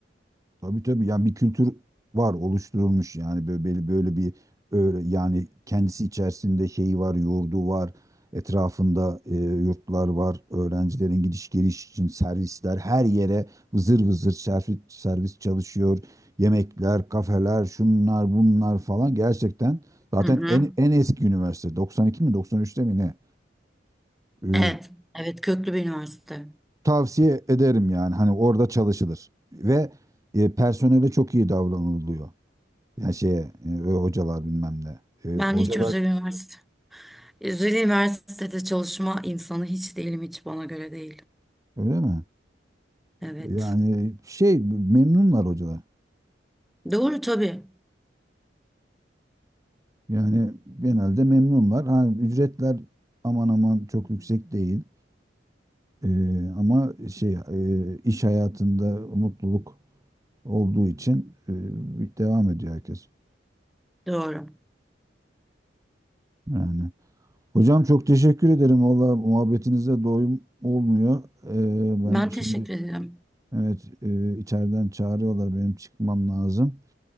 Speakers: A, on the right; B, in the centre.
A: Tabii tabii yani bir kültür var oluşturulmuş yani bö- böyle böyle bir öyle yani kendisi içerisinde şeyi var, yurdu var, etrafında e, yurtlar var, öğrencilerin gidiş geliş için servisler her yere vızır vızır servis, servis çalışıyor, yemekler, kafeler, şunlar bunlar falan gerçekten zaten
B: Hı hı.
A: en en eski üniversite 92 mi 93'te mi ne? Ee,
B: Evet, evet köklü bir üniversite.
A: tavsiye ederim yani hani orada çalışılır ve e, personele çok iyi davranılıyor. Ya şeye e, hocalar bilmem ne. E,
B: Ben
A: hocalar
B: hiç özel üniversite, özel üniversitede çalışma insanı hiç değilim, hiç bana göre değil.
A: öyle mi?
B: Evet.
A: Yani şey memnunlar hocalar.
B: Doğru tabii,
A: Yani genelde memnunlar. Ha, ücretler aman aman çok yüksek değil. E, ama şey e, iş hayatında mutluluk olduğu için e, devam ediyor herkes.
B: doğru.
A: Yani. Hocam çok teşekkür ederim. Valla muhabbetinize doyum olmuyor. E,
B: Ben
A: ben şimdi
B: teşekkür ederim.
A: evet e, içeriden çağırıyorlar. Benim çıkmam lazım.